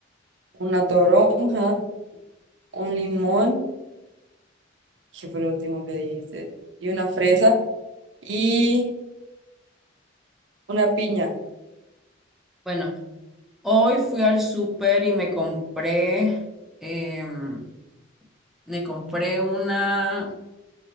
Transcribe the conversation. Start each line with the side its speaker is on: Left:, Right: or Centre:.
Right: una toronja un limón, que fue lo último que dijiste, y una fresa y una piña.
Centre: Bueno, hoy fui al súper y me compré, em, me compré una,